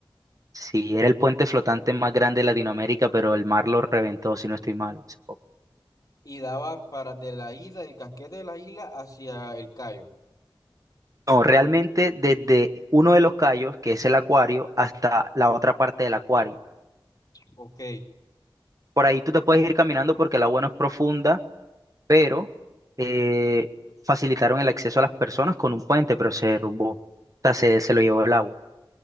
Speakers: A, on the right; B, on the left.
A: sí, era el puente flotante más grande de Latinoamérica, pero el mar lo reventó, si no estoy mal. hace poco.
B: Y daba para de la isla, el casquete de la isla hacia el Cayo.
A: No, realmente desde uno de los cayos, que es el acuario, hasta la otra parte del acuario.
B: Ok.
A: Por ahí tú te puedes ir caminando porque el agua no es profunda, pero eh, facilitaron el acceso a las personas con un puente, pero se derrumbó. O sea, se, se lo llevó el agua.